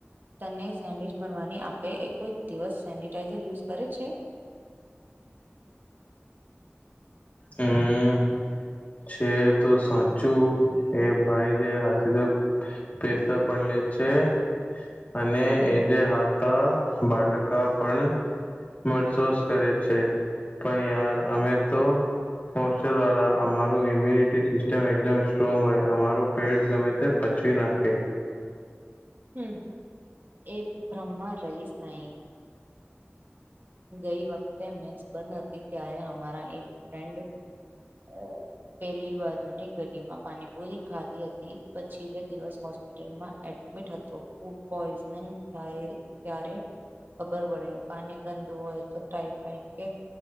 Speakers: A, on the right; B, on the left.
A: તને સેન્ડવિચ બનવાની આપે એ કોઈ દિવસ સેનિટાઈઝર યુઝ કરે છે.
B: હમ છે તો સાચું એ ભાઈ જે હાથે તો પૈસા પણ લે છે. છે અને એ જે હાથા બાટકા પણ મરસોસ કરે છે પણ યાર અમે તો હોસ્ટેલ વાલા અમારું ઇમ્યુનિટી સિસ્ટમ એકદમ સ્ટ્રોંગ હોય અમારું પેટ ગમે તે પચવી નાખે
A: હમ એ બ્રહ્માં રહીશ નઈ ગઈ વખતે મેસ બંધ હતી ત્યારે હમારા એક ફ્રેન્ડ અ પહેલી વાત ની ગલીમાં પાણીપુરી ખાધી હતી પછી બે દિવસ હોસ્પિટલમાં એડમિટ હતો ફૂડ પોઈઝનિંગ થાય ત્યારે ખબર પડે પાની ગંદુ તો ટાઈફાઈડ કે